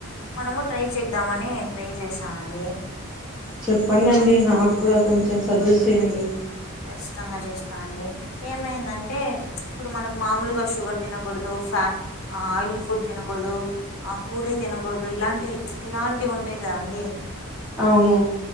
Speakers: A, on the left; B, in the centre.
A: మనము ట్రై చేద్దామని ట్రై చేసాను అండి
B: చెప్పండండి నాకు కూడా కొంచెం సజెస్ట్ చెయండి
A: కచ్చితంగా చేస్తానండి ఏమైందంటే ఇప్పుడు మనకు మామూలుగా షుగర్ తినకూడదు ఫట్ ఆ ఆయిలీ ఫుడ్ తినకూడదు ఆ పూరి తినకూడదు ఇలాంటివి ఇలాంటివి ఉంటాయి ఇదా అండి
B: అవును